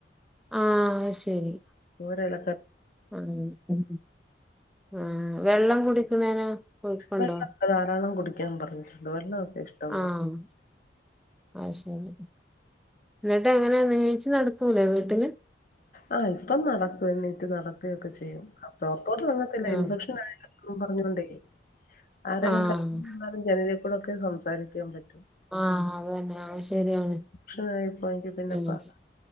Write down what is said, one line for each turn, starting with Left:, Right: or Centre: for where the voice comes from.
Centre: ആഹ് ശരി
Left: ഒരില
Centre: ആഹ് ആഹ് വെള്ളം കുടിക്കുന്നേനോ കൊയപ്പണ്ടോ
Left: വെള്ളമൊക്കെ ധാരാളം കുടിക്കാൻ പറഞ്ഞിട്ടുണ്ട് വെള്ളമൊക്കെ ഇഷ്ടം പോലെ
Centre: ആഹ് അത് ശരി എന്നിട്ട് എങ്ങനെയ എണീച്ച് നടക്കൂലേ വീട്ടില്
Left: ആഹ് ഇപ്പം നടക്കും എണീറ്റ് നടക്കു കയൊക്കെ ചെയ്യും. പുറത്തോട്ടിറങ്ങത്തില്ല
Centre: ആ
Left: ഇൻഫെക്ഷൻ ആയാലോന്നും പറഞ്ഞുകൊണ്ടേ ആരേങ്കിലും
Centre: ആ
Left: കാണാൻ വന്നാലും ജനലിക്കൂടെയൊക്കെയെ സംസാരിക്കാൻ പറ്റു
Centre: ആഹ് അത് തന്നെ അത് ശരിയാണ്
Left: ഇൻഫെക്ഷൻ ആയിപ്പോയെങ്കിൽ പിന്നെ
Centre: ഉം
Left: പാടാ